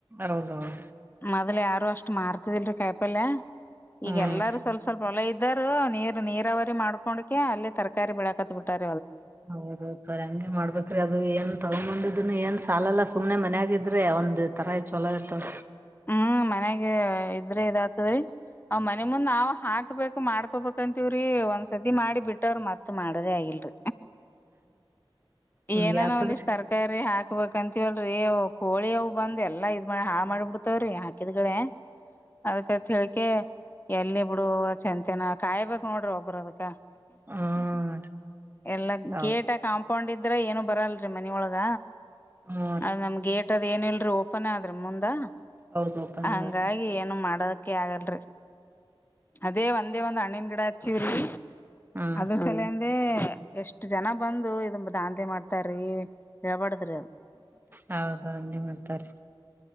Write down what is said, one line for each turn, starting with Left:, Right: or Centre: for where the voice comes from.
Right: ಹೌದೌದು
Left: ಮೊದಲ ಯಾರ ಷ್ಟ ಮಾರ್ತಿದಿಲ್ರರಿ ಕಾಯಿಪಲ್ಯ ಈಗ
Right: ಹ್ಮ್
Left: ಎಲ್ಲಾರೂ ಸ್ವಲ್ಪ ಸ್ವಲ್ಪ ಹೊಲ ಇದ್ದರು ನೀರ್ ನೀರಾವರಿ ಮಾಡ್ಕೊಂಡಕ ಅಲ್ಲಿ ತರಕಾರಿ ಬೆಳಾಕತ್ ಬಿಟ್ಟಾರೆ
Right: ಹೌದೌ ತ ಹಂಗೆ ಮಾಡ್ಬೇಕ್ರಿ ಅದು ಏನ್ ತಗೊಂಡಿದ ಇದನ್ನು ಏನ್ ಸಾಲಲ್ಲ ಸುಮ್ನೆ ಮನ್ೆಯಾಗಿದ್ರೆ ಒಂದ್ ತರ ಇ ಚಲೋ ಇರ್ತವ
Left: ಹ್ಮ್ ಮನೆಗೆ ಇದ್ರೆ ಇದಾ ಸರಿ ಅವ್ ಮನೆ ಮುಂದ್ ನಾವ್ ಹಾಕ್ಬೇಕು ಮಾಡ್ಕೊ ಕೊಬಂತೀವ್ರಿ ಒಂದ್ ಸರ್ತಿ ಮಾಡಿ ಬಿಟ್ಟವ್ರ ಮತ್ ಮಾಡೋದೇ ಆಗಿಲ್ರರಿ
Right: ಹಿಂಗೆ
Left: ಏನಾನ
Right: ಆತದ್ರಿ
Left: ಒಂದಿಷ್ಟ್ ತರಕಾರಿ ಹಾಕ್ಬೇಕಂತೀವಲ್ ೀ ಕೋಳಿ ಅವು್ ಬಂದ ಎಲ್ಲಾ ಇದ್ ಮಾಡಿ ಹಾಳ ಮಾಡ್ಬಿಡ್ ಹತವ್ರಿ ಹಾಕಿದ್ಗಳೇ ಅದ್ ತಿಳಕ ಎಲ್ಲಿ ಬಿಡು ಚಂತನ ಕಾಯಬೇಕಕ್ ನೋಡ್ರಿ ಒಬ್ರ ಅದ್ಕ
Right: ಹ್ಮ್
Left: ಎಲ್ಲ
Right: ಹೌದು
Left: ಗೇಟ್ ಕಾಂಪೌಂಡ್ ಇದ ್ರ ಏನು ಬರಲ್ರರಿ ಮನ ಒಳಗ
Right: ಹ್ಮ್ ರೀ
Left: ಅದು ನಮ್ಗೆ ಮದ್ ಏನ ಇಲ್ರರಿ ಓಪನ್ ಆದ್ರ ಮುಂದಾ
Right: ಹೌದು ಓಪನ್
Left: ಹಂಗಾಗಿ
Right: ಹೌದ
Left: ಏನು ಮಾಡದ ಕೇ ಆಗಲ್ ಅದೇ ಒಂದೇ ಒಂದ್ ಹಣ್ಣಿನ ಗಿಡ ಆಯ್ತ ಚಿರಿ
Right: ಹ್ಮ್
Left: ಅದು ಸಲ ಅೇ ಎಷ್ಟ್ ಜನ ಬಂದು ಇದ ದಾಂತೆ ಮಾಡ್ತಾರಿೀ ಯಾಪಾಡ್ತರದು
Right: ಹೌದು ಅೇ ಮಾಡ್ತಾರೆ